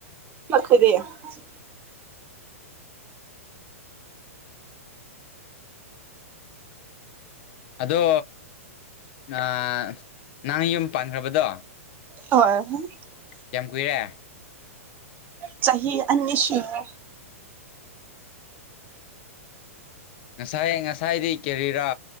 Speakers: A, on the right; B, on the left.
A: <unintelligible> <inaudible>
B: ꯑꯗꯣ ꯅ ꯅꯪ ꯌꯨꯝ ꯄꯥꯟꯈ꯭ꯔꯕꯗꯣ
A: ꯍꯣꯏ
B: ꯀ꯭ꯌꯥꯝ ꯀꯨꯏꯔꯦ
A: ꯆꯍꯤ ꯑꯅꯤ ꯁꯨꯔꯦ
B: ꯉꯁꯥꯏ ꯉꯁꯥꯏꯗꯤ ꯀꯦꯔꯤꯔꯥ